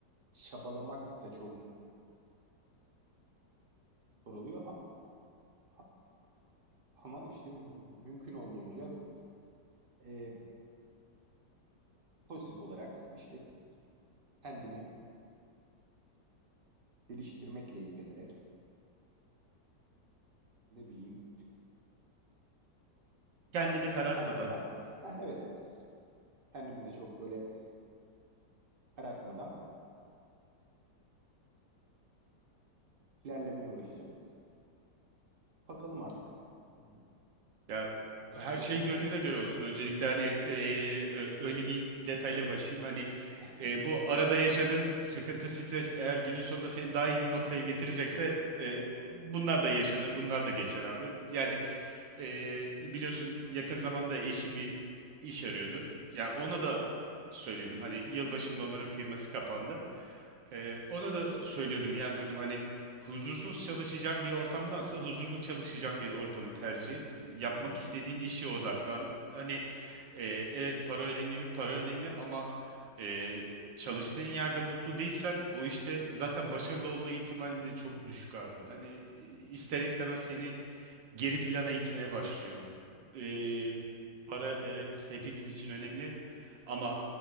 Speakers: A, on the right; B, on the right.
A: çabalamak da çok zor oluyor. A- a- Ama işte mümkün olduğunca e, pozitif olarak işte kendimi geliştirmekle ilgilenerek ne bileyim
B: kendini karartmadan
A: farklı farklı. Ha, evet Kendimi de çok böyle karartmadan ilerlemeye uğraşacağım. Bakalım artık hmm,
B: Ya
A: ne
B: her
A: olacağını.
B: şey gönlüne göre olsun. Öncelikle hani e, ö- öyle bir detayla başlayayım. Hani
A: <laughs>
B: e, bu arada yaşadığın sıkıntı, stres eğer günün sonunda seni daha iyi bir noktaya getirecekse e, bunlar da yaşanır, bunlar da geçer abi. Yani e,
A: Evet,
B: biliyorsun yakın zamanda eşim bir iş arıyordu. Ya ona da söyledim. Hani yılbaşında onların firması kapandı. E, ona da söylüyordum. Yani diyordum hani huzursuz çalışacağın bir ortamdansa huzurlu çalışacağın bir ortamı tercih et. Yapmak
A: kesinlikle.
B: istediğin işe odaklan. Hani e, evet para önemli mi? Para önemli ama e, çalıştığın yerde mutlu değilsen o işte zaten başarılı olma ihtimalin de çok düşük abi. Hani e, ister istemez seni geri plana itmeye başlıyor. Ee, para evet hepimiz için önemli ama